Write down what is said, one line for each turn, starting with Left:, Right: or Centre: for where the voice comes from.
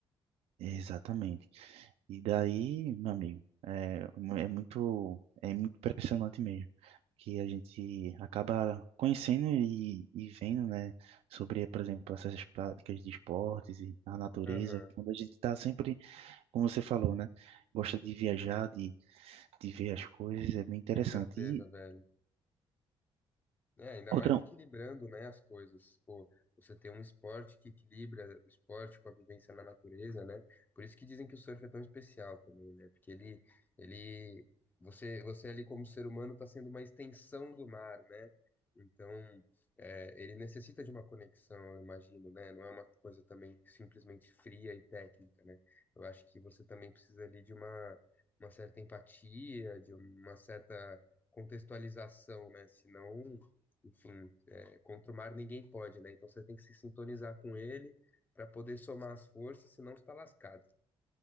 Right: Exatamente. E daí, meu amigo, é, mu- é muito, é muito impressionante mesmo, que a gente acaba conhecendo e, e vendo, né, sobre, por exemplo, essas práticas de esportes e a natureza,
Left: Aham,
Right: quando a gente está sempre, como você falou, né, gosta de viajar, de, de ver as coisas, é bem interessante.
Left: com certeza,
Right: E
Left: velho. É, ainda
Right: outra,
Left: mais equilibrando, né, as coisas. Pô, você tem um esporte que equilibra o esporte com a vivência na natureza, né? Por isso que dizem que o surf é tão especial também, né? Porque ele, ele, você, você ali como ser humano está sendo uma extensão do mar, né? Então, é, ele necessita de uma conexão, eu imagino, né? Não é uma coisa também simplesmente fria e técnica, né? Eu acho que você também precisa ali de uma, uma certa empatia, de uma certa contextualização, né? Senão enfim, é, contra o mar ninguém pode, né? Então você tem que se sintonizar com ele para poder somar as forças, senão você tá lascado.